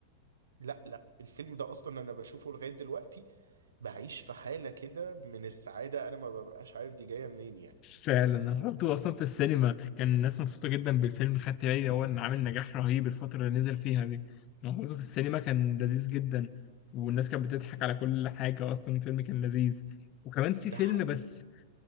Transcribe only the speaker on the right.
لا لا الفيلم ده اصلا انا بشوفه لغايه دلوقتي بعيش في حاله كده من السعاده انا ما ببقاش عارف دي جايه منين يعني
ده
حقيقي